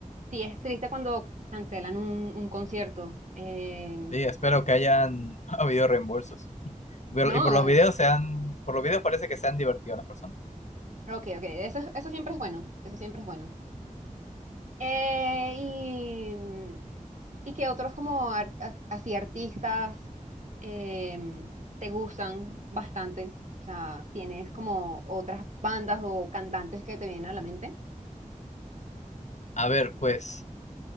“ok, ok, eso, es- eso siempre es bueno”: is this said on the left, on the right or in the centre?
Right